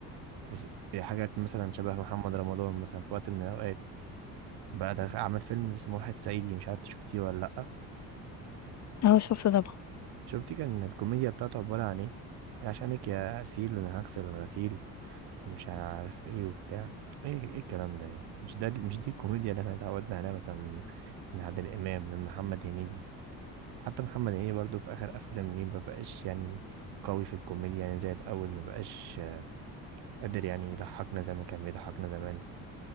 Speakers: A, on the right; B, on the left.
A: بس هي حاجات مثلا شبه محمد رمضان مثلا في وقت من الأوقات بقى ده عمل فيلم اسمه واحد صعيدي مش عارف إنت شفتيه ولا لأ
B: أهو شفت طبعا
A: شفتي كان الكوميديا بتاعته عبارة عن إيه عشانك يا أسيل أنا هغسل الغسيل مش عارف إيه وبتاع إيه إيه الكلام ده يعني مش ده مش دي الكوميديا اللي إحنا اتعودنا عليها مثلا من عادل إمام من محمد هنيدي حتى محمد هنيدي برضو في آخر أفلام ليه مبقاش يعني قوي في الكوميديا يعني زي الأول مبقاش قادر يعني يضحكنا زي ما كان بيضحكنا زمان